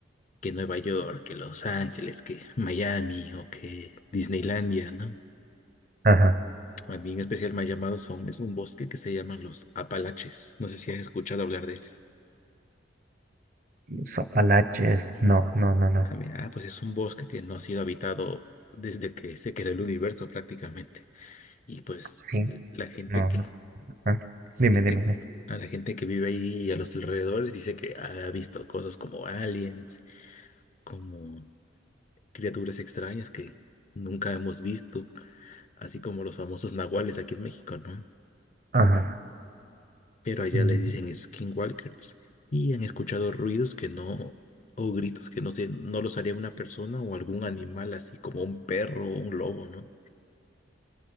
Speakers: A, on the left (about 35°); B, on the right (about 45°).
A: que Nueva York, que Los Ángeles, que Miami o que Disneylandia, ¿no?
B: Ajá.
A: A mí en especial me ha llamado son, es un bosque que se llaman los Apalaches. No sé si has escuchado hablar de ellos.
B: Los Apalaches. No, no, no, no.
A: A mí, ah, pues es un bosque que no ha sido habitado desde que se creó el universo prácticamente. Y pues
B: Sí,
A: l- la gente
B: no,
A: que,
B: no sé. Ajá. Dime,
A: gente,
B: dime, dime.
A: a la gente que vive ahí y a los alrededores dice que ha visto cosas como aliens, como criaturas extrañas que nunca hemos visto. así como los famosos nahuales aquí en México, ¿no?
B: Ajá.
A: Pero allá
B: Mm,
A: les dicen skinwalkers y han escuchado ruidos que no, o gritos que no sé, no los haría una persona o algún animal así como un perro o un lobo, ¿no?